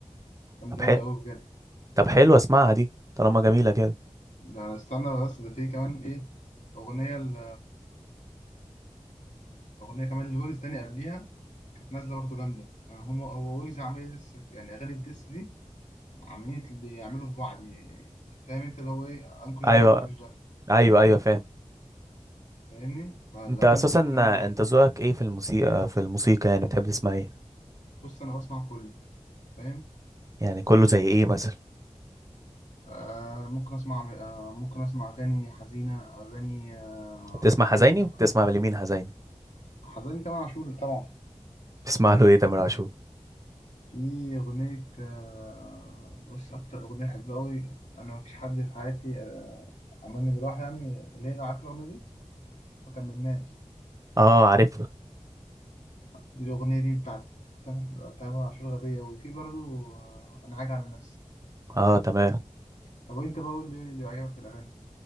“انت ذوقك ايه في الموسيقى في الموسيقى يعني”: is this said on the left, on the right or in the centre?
Right